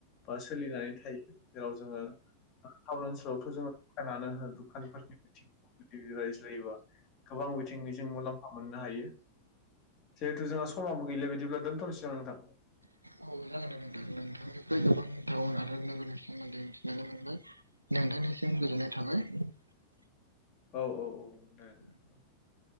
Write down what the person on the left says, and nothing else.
बा सोलिनानै थायो जेराव जोङो टाउन ओनसोलावथ' जोङो दखानानो होन दुखानफोरनि बिं <unintelligible> रायज्लायोबा गोबां बिथिंनि जों मुलाम्फा मोननो हायो। जिहेथु जोंहा समाबो गैला बिदिब्ला दोनथ'निसै नामा नोंथां?
औ औ औ दे औ।